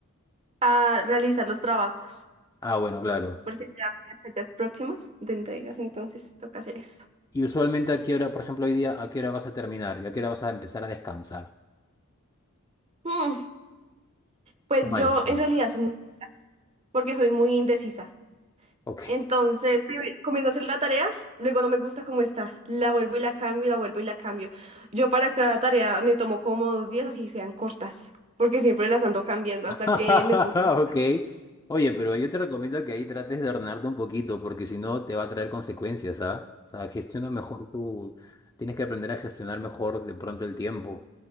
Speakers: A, on the right (about 30°); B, on the left (about 15°).
A: a realizar los trabajos,
B: Ah, bueno, claro.
A: porque ya vienen fechas próximas de entregas, entonces toca hacer eso.
B: Y usualmente a qué hora, por ejemplo, hoy día, ¿a qué hora vas a terminar? ¿Y a qué hora vas a empezar a descansar?
A: Mm, pues
B: No
A: yo
B: hay. Bueno,
A: en realidad soy muy, porque soy muy indecisa.
B: ok.
A: Entonces, primero comienzo a hacer la tarea, luego no me gusta cómo está, la vuelvo y la cambio, y la vuelvo y la cambio. Yo para cada tarea me tomo como dos días, así sean cortas, porque siempre las ando cambiando
B: <laughs>
A: hasta que me gusten.
B: Ok. Oye, pero yo te recomiendo que ahí trates de ordenarte un poquito, porque si no te va a traer consecuencias, ¿ah? O sea, gestiona mejor tu... Tienes que aprender a gestionar mejor de pronto el tiempo,